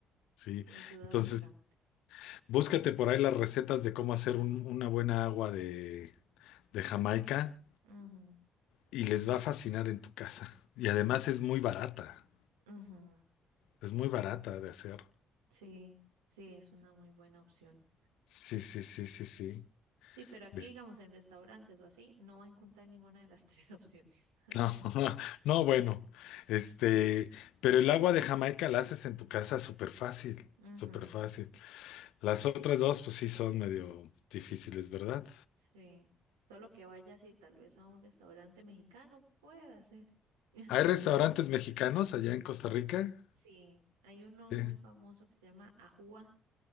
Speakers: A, on the left; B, on the right.
A: Sí,
B: que ayuda
A: entonces
B: bastante.
A: Búscate por ahí las recetas de cómo hacer un- una buena agua de, de Jamaica
B: Ujú,
A: y les va a fascinar en tu casa. Y además es muy barata,
B: ujú.
A: es muy barata de hacer.
B: Sí, sí, es una muy buena opción.
A: Sí, sí, sí, sí, sí.
B: Sí, pero aquí,
A: Es-
B: digamos, en restaurantes o así, no va a encontrar ninguna de las <laughs> tres opciones.
A: No, <laughs> no, bueno, este, pero el agua de Jamaica la haces en tu casa súper fácil,
B: Ujú,
A: súper fácil. Las otras dos, pues sí, son medio difíciles, ¿verdad?
B: sí. Solo que vaya así, tal vez a un restaurante mexicano pueda ser. <laughs>
A: ¿Hay restaurantes mexicanos allá en Costa Rica?
B: Sí, hay uno
A: Sí.
B: muy famoso que se llama Ajúa.